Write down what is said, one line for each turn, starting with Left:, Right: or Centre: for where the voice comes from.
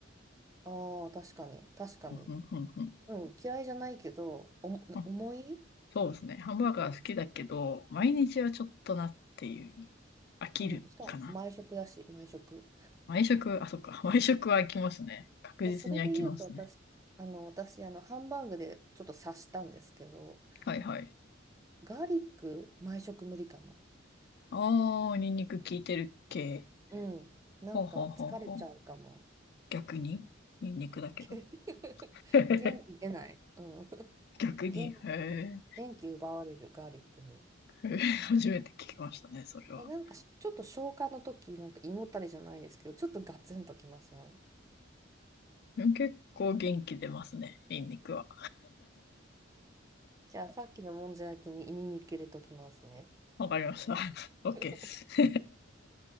Right: の。ああ、確かに、確かに。
Left: ー。<laughs> うんうんうんうん
Right: うん、嫌いじゃないけど、おも、
Left: あ
Right: 重い
Left: そうですね。ハンバーガー好きだけど、毎日はちょっとなっていう。飽きるかな。
Right: うん、しかも毎食だし、毎食。
Left: 毎食、あ、そっか。<laughs> 毎食は飽きますね。確実に飽きますね。
Right: え、それで言うと私、あの、私、あの、ハンバーグでちょっと刺したんですけど、
Left: はいはい。
Right: ガーリック、毎食無理かも。
Left: ああ、ニンニク効いてる系。
Right: うん。なんか疲れちゃうかも。
Left: ほうほうほうほう。逆にニンニクだけど。
Right: け <laughs>
Left: <laughs>
Right: 元気出ない。うん。<laughs>
Left: 逆に。
Right: 元気、
Left: へえ。
Right: 元気奪われるガーリックに。
Left: へえ初めて聞きましたね、それは。
Right: え、なんかしちょっと消化の時、なんか胃もたれじゃないですけど、ちょっとガツンときません
Left: でも結構元気出ますね、ニンニクは。
Right: じゃあさっきのもんじゃ焼きに胃に入れときますね。
Left: わかりました。<laughs> OK
Right: <laughs>
Left: です。<laughs>